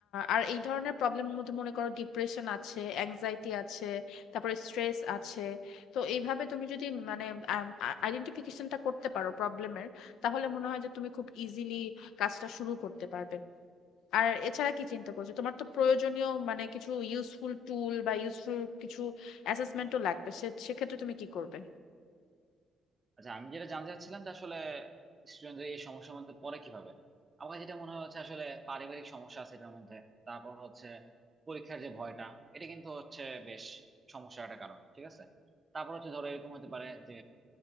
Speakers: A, on the left; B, on the right.
A: আর এই ধরনের প্রবলেমের মধ্যে মনে করো ডিপ্রেশন আছে অ্যাংজাইটি আছে তারপরে স্ট্রেস আছে তো এইভাবে তুমি যদি মানে আইডেন্টিফিকেশনটা করতে পারো প্রবলেমের তাহলে মনে হয় যে তুমি খুব ইজিলি কাজটা শুরু করতে পারবে আর এছাড়া কি চিন্তা করছো তোমার তো প্রয়োজনীয় মানে কিছু ইউজফুল টুল বা ইউজফুল কিছু অ্যাসেসমেন্টও লাগবে সে সেক্ষেত্রে তুমি কি করবে
B: আচ্ছা আমি যেটা জানতে চাচ্ছিলাম যে আসলে স্টুডেন্টদের এই সমস্যার মধ্যে পড়ে কিভাবে আমার যেটা মনে হয় হচ্ছে আসলে পারিবারিক সমস্যা আছে এটার মধ্যে তারপর হচ্ছে পরীক্ষার যে ভয়টা এটা কিন্তু হচ্ছে বেশ সমস্যার একটা কারণ ঠিক আছে তারপর হচ্ছে ধরো এরকম হতে পারে যে